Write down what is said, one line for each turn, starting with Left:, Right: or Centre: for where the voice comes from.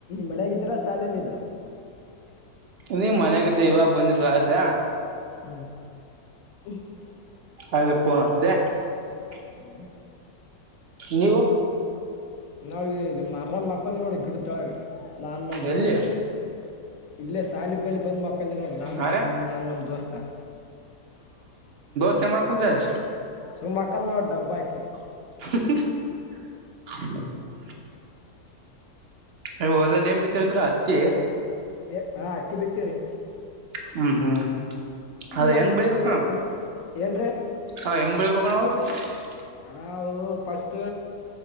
Left: ಮನೆಗ್ಯ ಇದ್ರಯ ಶಾಲೆಯಲ್ಲಿ ಇದ್ದ್ರಾ
Right: ಹ ನೀ ಮನೆಾಗ ಇದಿದ್ದಿ ಇವಾಗ ಬಂದ ಆಗತ್ತೆ
Left: ಹ್ಮ್ <inaudible>
Right: ಅದ ಪೋನ್ ಹಚಿದೆ <unintelligible>
Left: ಹ್ಮ್
Right: ನೀವು
Left: ನಾವು ಇಲ್ಲಿ ಮಾರದಗ ಮಕ್ಕೊಂದಿವಿ ನೋಡಿ ಇ ಕಡೆ ತಳಗ <unintelligible> ನಾನ್ ನಮ್ ದೋಸ್ತ
Right: ಎಲ್ಲಿ
Left: ಇಲ್ಲೇ ಸಾಲಿ ಬಲಿ ಬಂದ್ ಮಕ್ಕಂದವಿ ನೋಡರೀ ನಾನ
Right: ಅರೆ
Left: ನಮ್ಮ ದೋಸ್ತ್ ತ್ತಾ
Right: <unintelligible> ಚಾ ಮಾಡ್ಕೂತಾರೆ
Left: ಸು ಮಕ್ಕಾದನ ನೋಡ ಡಬ್ಬಾ ಹಾಕಿ
Right: <inaudible> ಏ ಹೋದಲ್ಲಿ <unintelligible> ಏನ ಬಿಟ್ಟಿರಿ ಅಂದರಿ ಹತ್ತಿ
Left: ಏ ಹ ಅಕ್ಕಿ ಬಿತ್ತೇವ್ರೀ
Right: ಹ್ಮ್ ಹ್ಮ್ ಅದ
Left: ನಮ್
Right: ಹೆಂಗ್
Left: ಕಡೆ
Right: ಬೆಳಿಬೇಕ
Left: ರೀ ಕುಂ ಏನ್ರೀ
Right: ಹ ಹೆಂಗ್ ಬೆಳಿಬೇಕ್ ಕೊ <unintelligible>
Left: ಹಾವು ಪಸ್ಟ್